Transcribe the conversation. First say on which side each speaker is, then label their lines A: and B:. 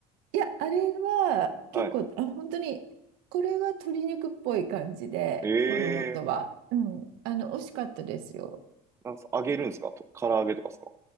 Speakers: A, on the right; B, on the right.
A: いや、あれは結構、
B: <laughs> はい。
A: あの、本当に、これは鶏肉っぽい感じで、
B: ええ、
A: モルモットは。うん、あの、美味しかったですよ。
B: なんす、揚げるんですかと、唐揚げとかですか